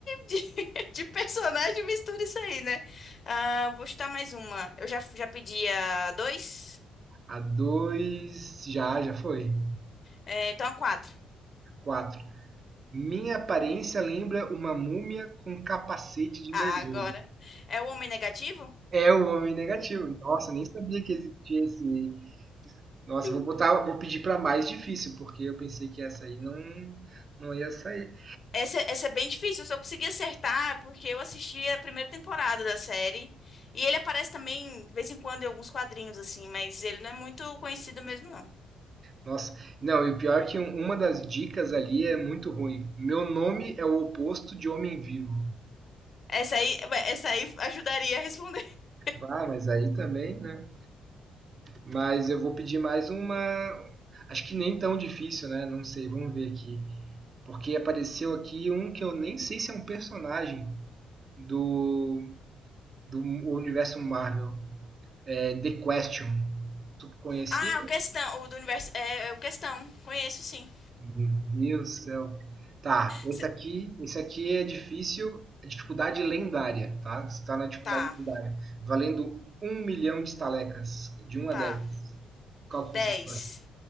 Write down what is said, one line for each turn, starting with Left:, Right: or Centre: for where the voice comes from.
Left: de, de, <laughs> de personagem, mistura isso aí, né? Ah, vou chutar mais uma. Eu já, já pedi a dois,
Right: A dois. Já, já foi.
Left: é, então a quatro.
Right: Quatro. Minha aparência lembra uma múmia com capacete de
Left: Ah,
Right: mergulho.
Left: agora. É o Homem Negativo?
Right: É o homem negativo. Nossa, nem sabia que existia esse. Nossa,
Left: Sim.
Right: vou botar, vou pedir para mais difícil, porque eu pensei que essa aí não, não ia sair.
Left: Essa, essa é bem difícil, eu só consegui acertar porque eu assisti a primeira temporada da série. E ele aparece também, de vez em quando, em alguns quadrinhos, assim, mas ele não é muito conhecido mesmo, não.
Right: Nossa, não, e o pior é que um- uma das dicas ali é muito ruim. Meu nome é o oposto de homem vivo.
Left: Essa aí, essa aí ajudaria a responder. <laughs>
Right: Ah, mas aí também, né? Mas eu vou pedir mais uma. Acho que nem tão difícil, né? Não sei, vamos ver aqui. Porque apareceu aqui um que eu nem sei se é um personagem do, do universo Marvel. É The Question. Tu conhecia?
Left: Ah, o questão, o do universo. É, é o questão. Conheço sim.
Right: Meu Deus do céu. Tá, esse
Left: Se-
Right: aqui, esse aqui é difícil, é dificuldade lendária, tá? Você tá na dificuldade
Left: Tá,
Right: lendária. Valendo um milhão de estalecas, de um
Left: tá.
Right: a 10. Qual que
Left: dez
Right: você escolhe?